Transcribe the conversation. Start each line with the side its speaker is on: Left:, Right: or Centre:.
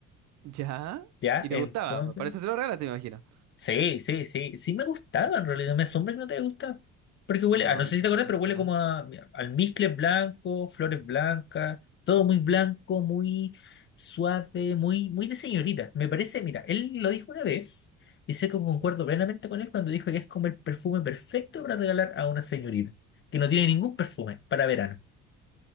Right: ¿Ya?
Left: Ya,
Right: ¿Y
Left: entonces.
Right: te gustaba? Por eso se lo regalaste, me imagino.
Left: Sí, sí, sí. Sí me gustaba en realidad. Me asombra que no te gusta. Porque huele,
Right: No,
Left: ah, no
Right: a mí
Left: sé si te acuerdas,
Right: no me
Left: pero
Right: gusta
Left: huele
Right: nada.
Left: como a mira, almizcle blanco, flores blancas, todo muy blanco, muy suave, muy, muy de señorita. Me parece, mira, él lo dijo una vez, y sé que concuerdo plenamente con él cuando dijo que es como el perfume perfecto para regalar a una señorita, que no tiene ningún perfume para verano.